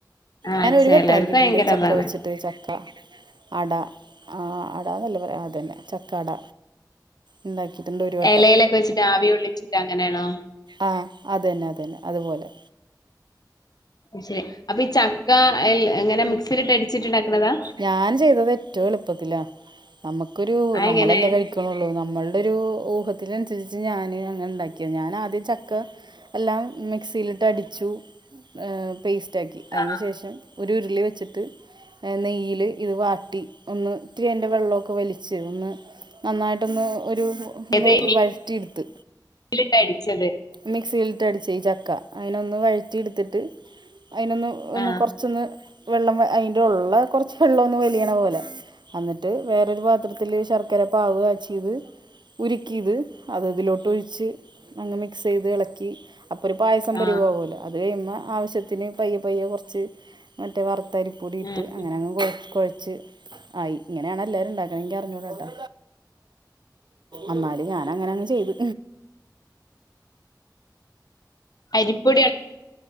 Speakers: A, on the left; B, on the right.
A: ആ
B: ഞാൻ ഒരുവട്ടാക്കിട്ടിണ്ട്
A: ചിലർക്ക് ഭയങ്കര
B: ചക്ക
A: അതാണ്
B: വെച്ചിട്ട് ചക്ക. അട ആഹ് അടന്നല്ലേ പറയാ. അതെന്നെ ചക്ക അട ഇണ്ടാക്കിയിട്ടിണ്ട് ഒരു വട്ടം
A: എലേലൊക്കെ വെച്ചിട്ട് ആവി കൊള്ളിച്ചിട്ട് അങ്ങനെയാണോ?
B: ആഹ് അതെന്നെ അതെന്നെ അതുപോലെ.
A: ശെരി അപ്പൊ ഈ ചക്ക എൽ എങ്ങനെ മിക്സിലിട്ട് അരിച്ചിട്ടിണ്ടാക്കണതാ?
B: ഞാൻ ചെയ്തതേറ്റവും എളുപ്പത്തിലാണ് നമുക്കൊരു
A: ആ
B: നമ്മളല്ലേ
A: എങ്ങനെ
B: കഴിക്കു. ള്ളൂ നമ്മളുടെ ഒരു ഊഹത്തിനനുസരിച്ച് ഞാന് അങ്ങനെണ്ടാക്കിയെ ഞാൻ ആദ്യം ചക്ക എല്ലാം മിക്സിയിലിട്ട് അടിച്ചു. ഏഹ് പേസ്റ്റാക്കി അയിന്
A: ആ
B: ശേഷം ഒരു ഉരുളി വെച്ചിട്ട് നെയ്യില് ഇത് വാട്ടി ഒന്ന് ഇത്തിരി അയിൻ്റെ വെള്ളോക്കെ വലിച്ച് ഒന്ന് നന്നായിട്ടൊന്ന് ഒരു ഉ ഒന്ന്
A: ഏത ഈ
B: വഴറ്റിടുത്ത്.
A: മിക്സിയിലിട്ട് അടിച്ചത്
B: മിക്സിയിലിട്ട് അടിച്ച ഈ ചക്ക അയിനൊന്ന് വഴറ്റിടുത്തിട്ട്. അയിനൊന്ന് ഒന്ന്
A: ആ
B: കൊറച്ചൊന്ന് വെള്ളം അയിന്റെ ഉള്ള കൊറ്ച്ച് വെള്ളം ഒന്ന് വലിയണ പോലെ. അന്നിട്ട് വേറൊരു പാത്രത്തിൽ ശർക്കര പാവ് കാച്ചിയ്ത് ഉരുക്കിത് അതതിലോട്ടൊഴിച്ച് അങ്ങ് മിക്സെയ്ത് ഇളക്കി അപ്പൊ ഒരു പായസം
A: ആ
B: പരിഭവാവൂല അത് കഴിയുമാ ആവശ്യത്തിന് പയ്യെ പയ്യെ കുറച്ച് മറ്റേ വറുത്തരിപ്പൊടി
A: ഉം
B: ഇട്ട് അങ്ങനെ
A: ഉം.
B: അങ്ങ് കൊ കൊഴച്ച് ആയി ഇങ്ങനെയാണെല്ലാരു ഉണ്ടാക്കണ ഇന്ക് അറിഞ്ഞോടട്ടോ അന്നാലും ഞാനങ്ങനെ അങ്ങ് ചെയ്ത്
A: അരിപ്പൊടിയ